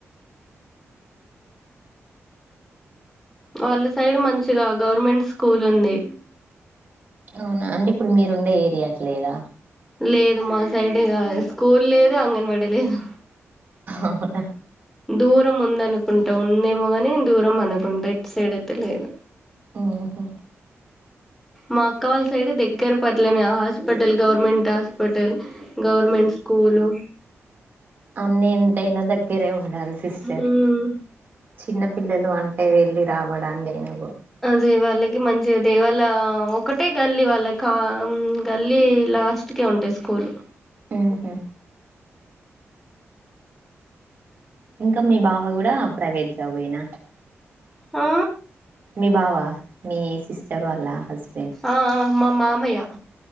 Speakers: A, in the centre; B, on the right (about 40°).
A: వాళ్ళ సైడ్ మంచిగా గవర్నమెంట్ స్కూల్ ఉంది
B: అవునా అంటే ఇప్పుడు మీరుండే ఏరియా కి లేదా
A: లేదు మా సైడ్ స్కూల్ లేదు అంగన్వాడీ లేదు
B: అవునా
A: దూరం ఉంద అనుకుంటా ఉందేమో కాని దూరం అనుకుంటా ఎటు సైడ్ అయితే లేదు
B: ఓహో
A: మా అక్క వాళ్ళ సైడ్ దగ్గర పట్లనే హాస్పిటల్ గవర్నమెంట్ హాస్పిటల్ గవర్నమెంట్ స్కూ లు
B: అన్న ఎంతైనా దగ్గరే ఉండాలి సిస్టర్
A: మ్
B: చిన్న పిల్లలు అంటే వెళ్ళి రావడాన్ని నేను
A: దేవాలళకి మం దేవళ ఒకటే గల్లీ వాళ్ళ కా గల్లీ లాస్ట్కే ఉంటాయి స్కూల్
B: ఆహా ఇంకా మీ బాబ కూడా ప్రైవేట్ జాబ్ అయినా
A: ఆ
B: మీ బావా మీ సిస్టర్ వాల్ళ హస్
A: ఆ మా మామయ